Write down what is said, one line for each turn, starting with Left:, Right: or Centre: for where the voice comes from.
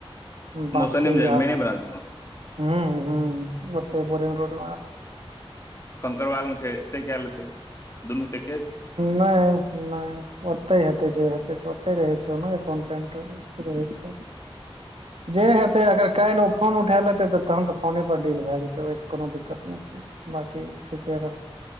Right: बकी
Left: मौसनेमे जाय
Right: आब
Left: मेने ब्रांचमे
Right: हू हू ओते बोरिंग रोड
Left: कंकड़बाग मे छै ऐतै कए लेते दुनू तऽ ऐके छै
Right: नहि नहि ओतै हेतै जे हेतै से ओतै रहै छै एकाउंटेंट रोहित सर
Left: <inaudible> <inaudible>
Right: जे हेते अगर काल्हि ओ फोन उठा लेते तऽ तहन तऽ फोने पर डिल भए जेतै ओहिस कोनो दिक्कत नहि छै बाकी ठीके तऽ